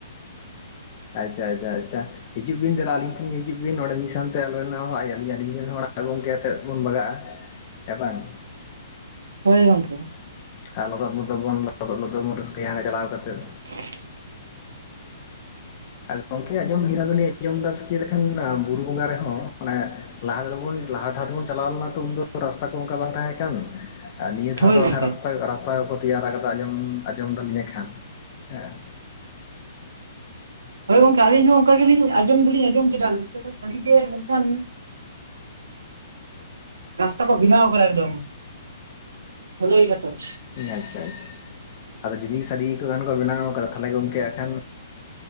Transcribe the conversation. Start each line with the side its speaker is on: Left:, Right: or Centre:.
Left: ᱟᱪᱪᱷᱟ ᱟᱪᱪᱷᱟ ᱟᱪᱪᱷᱟ ᱦᱤᱡᱩᱜ ᱵᱤᱱ ᱫᱮᱞᱟ ᱟᱹᱞᱤᱧ ᱴᱷᱮᱱ ᱜᱮ ᱦᱤᱡᱩᱜ ᱵᱤᱱ ᱱᱚᱸᱰᱮ ᱢᱤᱫ ᱥᱟᱶᱛᱮ ᱟᱞᱮ ᱨᱮᱱ ᱦᱚᱸ ᱟᱹᱞᱤᱧ ᱟᱹᱞᱤᱧ ᱨᱮᱱ ᱦᱚᱸ ᱚᱲᱟᱜ ᱜᱚᱢᱠᱮ ᱟᱮᱫ ᱵᱚᱱ ᱞᱟᱜᱟᱜᱼᱟ᱾ ᱦᱮ ᱵᱟᱝ
Right: ᱦᱳᱭ ᱜᱚᱢᱠᱮ
Left: ᱟᱨ ᱞᱚᱫᱚᱵ ᱞᱚᱫᱚᱵ ᱵᱚᱱ ᱞᱚᱫᱚᱵ ᱞᱚᱫᱚᱵ ᱵᱚᱱ ᱨᱟᱹᱥᱡᱟᱹᱭᱟ ᱪᱟᱞᱟᱣ ᱠᱟᱛᱮᱫ
Right: <inaudible>
Left: ᱜᱚᱢᱠᱮ ᱟᱸᱢᱚᱢᱫᱤᱧ ᱱᱮᱛᱟᱨ ᱫᱚᱞᱤᱧ ᱟᱸᱡᱚᱢ ᱮᱫᱟ, ᱥᱮ ᱪᱮᱫᱠᱷᱟᱱ ᱵᱩᱨᱩ ᱵᱚᱸᱜᱟ ᱨᱮᱦᱚᱸ ᱢᱟᱱᱮ ᱞᱟᱦᱟ ᱛᱮᱫᱚ ᱵᱚᱱ ᱞᱟᱦᱟ ᱫᱷᱟᱣ ᱫᱚ ᱵᱚᱱ ᱪᱟᱞᱟᱣ ᱞᱮᱱᱟ ᱛᱚ ᱩᱱᱫᱚ ᱨᱟᱥᱛᱟ ᱠᱚ ᱚᱱᱠᱟ ᱵᱟᱝ ᱛᱟᱦᱮᱸ ᱠᱟᱱᱟ ᱱᱤᱭᱟᱹ ᱫᱷᱟᱣ
Right: ᱦᱳᱭ
Left: ᱫᱚ
Right: ᱜᱚᱝᱠᱮ
Left: ᱠᱷᱟᱱ ᱨᱟᱥᱛᱟ ᱨᱟᱥᱛᱟ ᱛᱮᱭᱟᱨ ᱠᱟᱫᱟ ᱟᱸᱡᱚᱢ, ᱟᱸᱡᱚᱢ ᱫᱟᱹᱞᱤᱧ ᱦᱟᱜ ᱠᱷᱟᱱ ᱦᱮᱸ
Right: ᱦᱳᱭ ᱜᱚᱝᱠᱮ ᱟᱹᱞᱤᱧ ᱦᱚᱸ ᱚᱱᱠᱟ ᱜᱮᱞᱤᱧ ᱟᱸᱢᱚᱢ ᱫᱚᱞᱤᱧ ᱟᱸᱡᱚᱢ ᱠᱮᱫᱟ ᱥᱟᱹᱨᱤᱜᱮ ᱢᱮᱱᱠᱷᱟᱱ ᱱᱟᱥᱛᱟ ᱠᱚ ᱵᱮᱱᱟᱣ ᱠᱟᱫᱟ ᱮᱠᱫᱚᱢ ᱴᱷᱟᱹᱞᱟᱭ ᱠᱟᱛᱮᱜ
Left: ᱟᱪᱪᱷᱟ ᱟᱪᱪᱷᱟ ᱾ ᱟᱫᱚ ᱡᱩᱫᱤ ᱥᱟᱹᱨᱤ‌ ᱜᱮ ᱠᱚ ᱠᱷᱟᱱ ᱠᱚ ᱵᱮᱱᱟᱣ ᱠᱟᱫᱟ ᱛᱟᱦᱚᱞᱮ ᱜᱮ ᱜᱚᱢᱠᱮ ᱦᱟᱜ ᱠᱷᱟᱱ